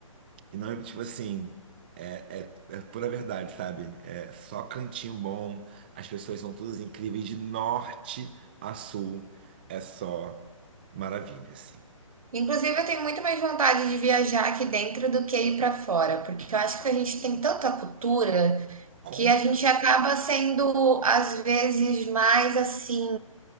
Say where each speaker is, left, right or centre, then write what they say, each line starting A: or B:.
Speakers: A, on the right; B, on the right.
A: E não é tipo assim, é, é é pura verdade, sabe? É só cantinho bom, as pessoas são todas incríveis de norte a sul, é só maravilha, assim.
B: Inclusive, eu tenho muito mais vontade de viajar aqui dentro do que ir para fora, porque eu acho que a gente tem tanta cultura
A: Com
B: que a gente acaba sendo, às vezes, mais assim,